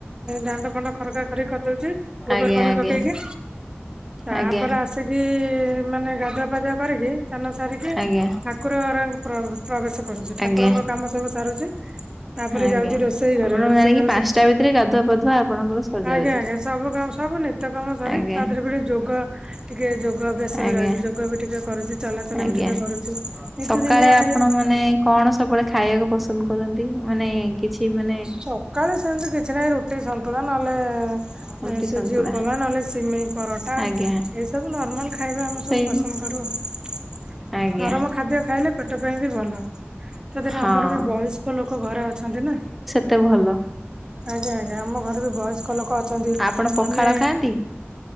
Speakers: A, on the right (about 20°); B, in the centre.
A: ଦାଣ୍ଡ ଫାଣ୍ଡ ଖରକା ଖରିକି କରିଦଉଚି। ଗୋବର
B: ଆଜ୍ଞା
A: ପାଣି
B: ଆଜ୍ଞା
A: ପକେଇକି ତାପରେ
B: ଆଜ୍ଞା
A: ଆସିକି ମାନେ ଗାଧୁଆ ପାଧୁଆ କରିକି ସାନ ସାରିକି
B: ଆଜ୍ଞା
A: ଠାକୁର ଘର <unintelligible> ପ୍ରବେଶ କରୁଚି ଠାକୁରଙ୍କ
B: ଆଜ୍ଞା
A: କାମ ସବୁ ସାରୁଚି। ପରେ
B: ଆଜ୍ଞା।
A: ଯାଉଚି ରୋଷେଇ ଘରେ
B: ଆମର
A: ରୋଷେଇ
B: ଜାଣିକି
A: ଘର
B: ପାଞ୍ଚଟା
A: ସ
B: ଭିତରେ ଗାଧୁଆ ପାଧୁଆ ଆପଣଙ୍କର ସରିଯାଉଛି
A: ଆଜ୍ଞା ଆଜ୍ଞା ସବୁ କାମ ସବୁ ନିତ୍ୟ କାମ ସରି
B: ଆଜ୍ଞା
A: ତା ଦେହରେ ବି ଯୋଗ ଟିକେ ଯୋ ଗ ଅଭ୍ୟାସ
B: ଆଜ୍ଞା।
A: ବି ରହିଚି ଯୋଗ ବି ଟିକେ କରୁଚି ଚଲାଚଲି
B: ଆଜ୍ଞା।
A: ବି ଟିକେ କରୁଚି ନିତି
B: ସକାଳେ
A: ଦିନିଆ
B: ଆପଣ
A: ଏଇଆ।
B: ମାନେ କଣ ସବୁବେଳେ ଖାଇବାକୁ ପସନ୍ଦ କରନ୍ତି ମାନେ କିଛି ମାନେ
A: ସକାଳେ ସେମିତି କିଛି ନାଇଁ ରୁଟି ସନ୍ତୁଳା। ନହେଲେ
B: ରୁଟି
A: ସୁଜି
B: ସନ୍ତୁଳା
A: ଉପମା ନହେଲେ ସିମେଇ। ପରଟା
B: ଆଜ୍ଞା
A: ଏଇସବୁ ନର୍ମାଲ୍ ଖାଇବା ଆମେ
B: ସେଇ
A: ସବୁ ପସନ୍ଦ କରୁ ଆଉ।
B: ଆଜ୍ଞା
A: ନରମ ଖାଦ୍ୟ ଖାଇଲେ ପେଟ ପାଇଁ ବି ଭଲ। ତା ଧିଅରେ
B: ହଁ।
A: ଆମର ବି ବୟସ୍କ ଲୋକ ଘରେ ଅଛନ୍ତି ନା।
B: ଏତେ ଭଲ।
A: ଆଜ୍ଞା ଆଜ୍ଞା ଆମ ଘରେ ବି ବୟସ୍କ ଲୋକ ଅଛନ୍ତି।
B: ଆପଣ ପଖାଳ
A: ଆମେ
B: ଖାଆନ୍ତି?